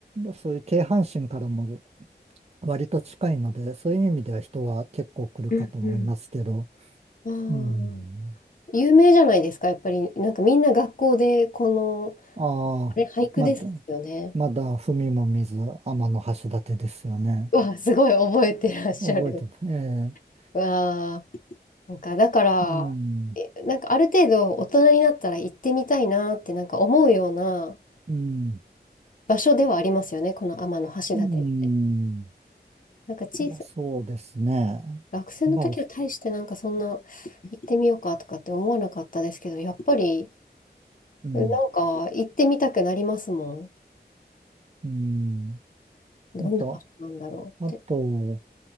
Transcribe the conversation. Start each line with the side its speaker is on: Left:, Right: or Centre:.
Right: そういう京阪神からも割と近いので、そういう意味では人は結構来るかと思いますけど。
Left: うんうん。ああ、
Right: うん。
Left: 有名じゃないですか、やっぱり。なんかみんな学校でこの、
Right: ああ、
Left: あれ、俳句ですよね。
Right: まだ、まだ踏みも見ず、天橋立ですよね。
Left: わあ、すごい覚えてらっしゃる。
Right: 覚えてます。ええ
Left: わあ、なんかだから、
Right: うん、
Left: えなんかある程度大人になったら行ってみたいなってなんか思うような
Right: うん、
Left: 場所ではありますよね、この天橋立って。
Right: うん。
Left: なんか小さ、
Right: まあ、そうですね。
Left: 学生の時は大してなんかそんな行ってみようかとかって思わなかったですけど、
Right: まあ、
Left: やっぱり
Right: うん、
Left: なんか行ってみたくなりますも
Right: うん。
Left: ん。どんな場所なんだろうって。
Right: あと、あと、